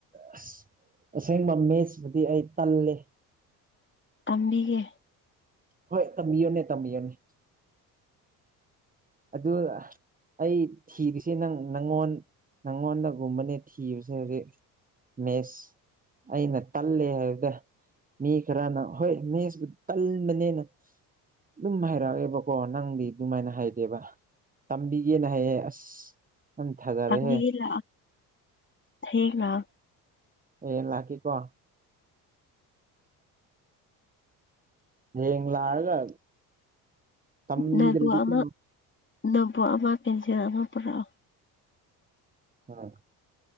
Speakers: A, on the right; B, on the left.
A: ꯑꯁ ꯑꯁꯦꯡꯕ ꯃꯦꯠꯁꯄꯨꯗꯤ ꯑꯩ ꯇꯜꯂꯦ
B: ꯇꯝꯕꯤꯒꯦ
A: ꯍꯣꯏ ꯇꯝꯕꯤꯌꯣꯅꯦ ꯇꯝꯕꯤꯌꯣꯅꯦ ꯑꯗꯨ ꯑꯩ ꯊꯤꯔꯤꯁꯦ ꯅꯪ ꯅꯪꯉꯣꯟ ꯅꯪꯉꯣꯟꯗꯒꯨꯝꯕꯅꯦ ꯊꯤꯕꯁꯦ ꯍꯧꯖꯤꯛ ꯃꯦꯁ ꯑꯩꯅ ꯇꯜꯂꯦ ꯍꯥꯏꯕꯗ ꯃꯤ ꯈꯔꯅ ꯍꯣꯏ ꯃꯦꯁꯕꯨ ꯇꯟꯕꯅꯦꯅ ꯑꯗꯨꯝ ꯍꯥꯏꯔꯛꯑꯦꯕꯀꯣ ꯅꯪꯒꯤ ꯑꯗꯨꯃꯥꯏꯅ ꯍꯥꯏ ꯀꯕ <unintelligible> ꯇꯝꯕꯤꯒꯦꯅ ꯍꯥꯏꯌꯦ ꯑꯁ ꯅꯪ ꯊꯥꯖꯔꯦꯍꯦ
B: ꯇꯝꯕꯤꯒꯦ ꯂꯥꯛꯑꯣ ꯍꯌꯦꯡ ꯂꯥꯛꯑꯣ
A: ꯑꯦ ꯂꯥꯛꯀꯦ ꯀꯣ ꯌꯦꯡ ꯂꯥꯛꯑꯒ ꯇꯝꯕꯤꯗ꯭ꯔꯗꯤꯀꯣ
B: ꯅꯣꯠꯕꯨꯛ ꯑꯃ ꯅꯣꯠꯕꯨꯛ ꯑꯃ ꯄꯦꯟꯁꯤꯜ ꯑꯃ ꯄꯨꯔꯛꯑꯣ
A: ꯎꯝ